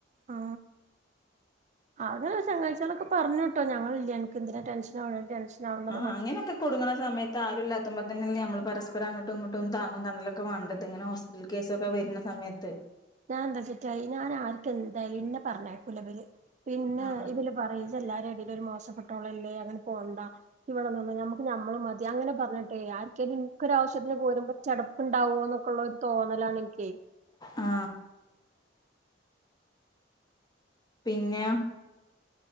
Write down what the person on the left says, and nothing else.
ആ അങ്ങനൊക്കെ കുടുങ്ങണ സമയത്ത് ആരുമില്ലാത്തുമ്പോ പിന്നെ നമ്മള് പരസ്പരം അങ്ങോ ട്ടും ഇങ്ങോട്ടും താങ്ങും തണലുമൊക്കെ വേണ്ട ഇങ്ങനെ ഹോസ്പിറ്റൽ കേസൊക്കെ വരുന്ന സമയത്ത്
ആ
ആ പിന്നെ